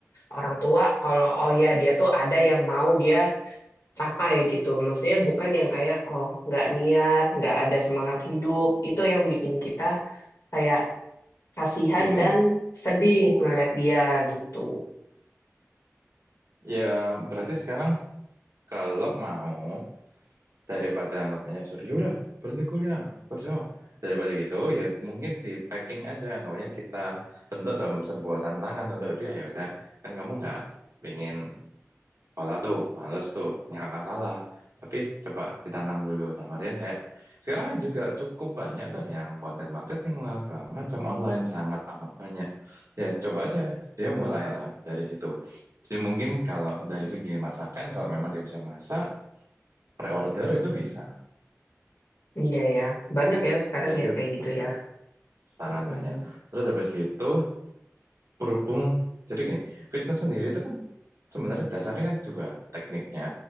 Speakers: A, on the left; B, on the right.
A: orang tua kalau oh ya dia tuh ada yang mau dia capai gitu. Maksudnya bukan yang kayak oh nggak niat, nggak ada semangat hidup. Itu yang bikin kita kayak kasihan
B: bingung.
A: dan sedih
B: Oh,
A: ngeliat dia gitu.
B: ya berarti sekarang Kalau mau, daripada anggapannya suruh, yaudah berhenti kuliah, kerja. Daripada gitu, ya mungkin di packing aja. Anggapannya kita bentuk dalam sebuah tantangan untuk dia, yaudah. Kan kamu nggak pengen olah tuh, males tuh, nggak masalah. Tapi coba ditantang dulu. Sama dia kayak, sekarang kan juga cukup banyak tuh yang konten marketing lah, segala macam online sangat amat banyak. Ya coba aja, dia mulailah dari situ. Jadi mungkin kalau dari segi masakan, kalau memang dia bisa masak, Pre-order itu bisa.
A: Iya ya, banyak ya sekarang
B: Jadi
A: ya
B: dia
A: kayak gitu
B: pakai
A: ya.
B: sangat
A: Mm-mm.
B: banyak. Terus habis gitu berhubung jadi gini, fitness sendiri itu kan sebenarnya dasarnya kan dua, tekniknya